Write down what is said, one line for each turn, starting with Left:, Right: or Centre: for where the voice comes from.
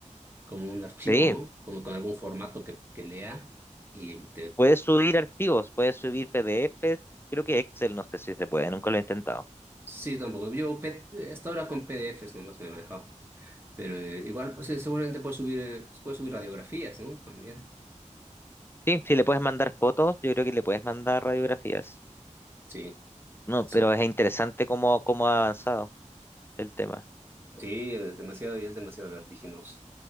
Right: como un archivo,
Left: Sí,
Right: ¿no? Con, con algún formato que, que lea y te...
Left: puedes subir archivos, puedes subir PDFs. Creo que Excel, no sé si se puede, nunca lo he intentado.
Right: Sí, tampoco. Yo pe- hasta ahora con PDFs nomás me he manejado. Pero eh, igual, pues, eh, seguramente puede subir, eh, puedes subir radiografías, ¿no? También.
Left: Sí, si le puedes mandar fotos, yo creo que le puedes mandar radiografías.
Right: Sí,
Left: No,
Right: eso.
Left: pero es interesante cómo, cómo ha avanzado el tema.
Right: Sí, es demasiado, es demasiado vertiginoso.